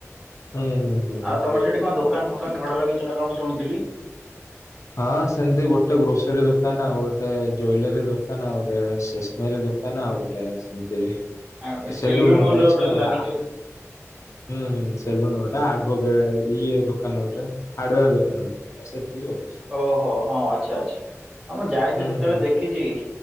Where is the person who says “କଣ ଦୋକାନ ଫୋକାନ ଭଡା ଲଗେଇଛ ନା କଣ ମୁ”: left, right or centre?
Right